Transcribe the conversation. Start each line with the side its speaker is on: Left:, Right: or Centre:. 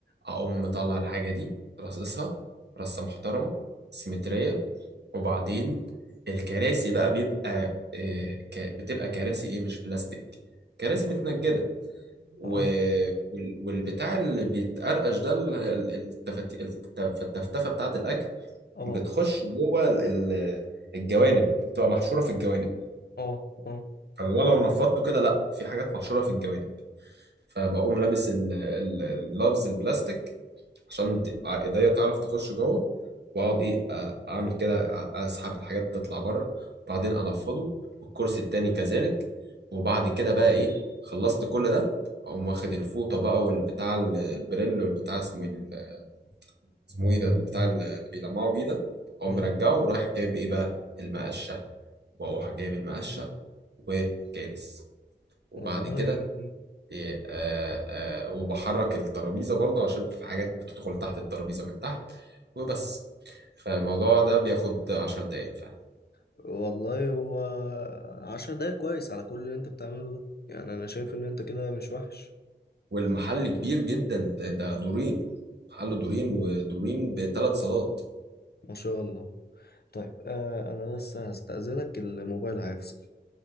Right: اقوم مطلع الحاجه دي رصصها رصه محترمه سيمتريه وبعدين الكراسي بقى بيبقى آه، ك- بتبقى كراسي ايه مش بلاستيك كراسي متنجدة و...
Left: اه
Right: وال- والبتاع اللي بيتقرقش ده ال- ال- التفت... التف- التفتفة بتاعة الأكل
Left: اه
Right: بتخش جوه ال- ال- الجوانب بتبقى محشورة في الجوانب
Left: اه اه
Right: فاللي هو لو نفضته كده لا في حاجات محشورة في الجوانب فبقوم لابس ال- ال- الجلافز البلاستيك عشان دي- ع- ايديا تعرف تخش جوه واقعد ايه آه، اعمل كده آه، اسحب الحاجات تطلع بره بعدين انفضه والكرسي التاني كذلك وبعد كده بقى ايه خلصت كل ده اقوم واخد الفوطه بقى والبتاع ال- البريل والبتاع اسمه ايه ال- اسمه ايه ده البتاع اللي بيلمعوا بيه ده اقوم
Left: اه.
Right: مرجعه ورايح جايب ايه بقى المقشه واروح جايب المقشه وكانس وبعد
Left: والله
Right: كده إيه، آه، آه، وبحرك الترابيزة برضو عشان في حاجات بتدخل تحت الترابيزة من تحت وبس فالموضوع ده بياخد عشر دقايق فعلا
Left: والله هو عشر دقايق كويس على كل اللي انت بتعمله ده يعني انا شايف ان انت كده مش وحش
Right: والمحل كبير جدا ده ده دورين محل دورين ودورين بثلاث صالات
Left: ما شاء الله طيب آه انا لسه هستأذنك الموبايل هيفصل